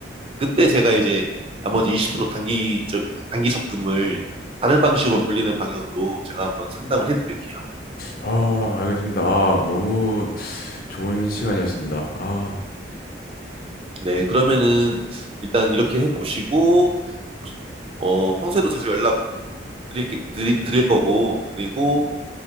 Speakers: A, on the right; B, on the left.
A: 그때 제가 이제 나머지 20% 단기, 저- 단기 적금을 다른 방식으로 돌리는 방향으로 제가 한번 상담을 해드릴게요.
B: 아, 알겠습니다. 아, 너무 좋은 시간이었습니다. 아,
A: 네, 그러면은 일단 이렇게 해보시고, 어, 평소에도 자주 연락 드릴, 게- 드릴, 드릴 거고, 그리고,